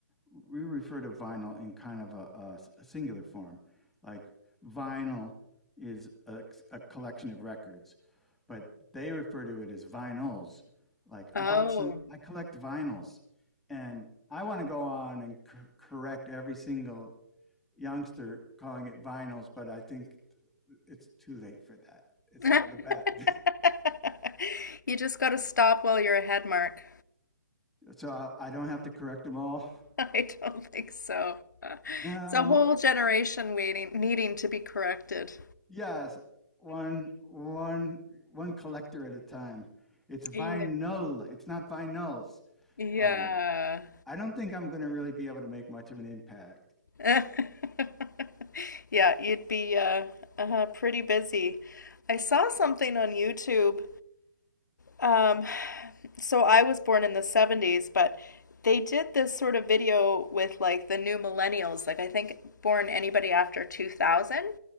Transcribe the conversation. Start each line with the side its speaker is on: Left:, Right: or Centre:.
Centre: we refer to vinyl in kind of a a, a singular form. Like vinyl is a, a collection of records, but they refer to it as vinyls. Like
Left: Oh.
Centre: I bought some, I collect vinyls, and I want to go on and cor correct every single youngster calling it vinyls, but I think it's too late for that. It's
Left: <laughs>
Centre: out of the bag. <laughs>
Left: You just got to stop while you're ahead, Mark.
Centre: So I, don't have to correct them all.
Left: <laughs> I don't think so. Uh,
Centre: now.
Left: It's a whole generation waiting, needing to be corrected.
Centre: Yes, one one one collector at a time. It's vinyl.
Left: Yeah.
Centre: It's not vinyls.
Left: Yeah.
Centre: Um, I don't think I'm gonna really be able to make much of an impact.
Left: <laughs> Yeah, you'd be uh, uh pretty busy. I saw something on YouTube Um, so I was born in the 70s, but they did this sort of video with like the new millennials, like I think born anybody after 2000.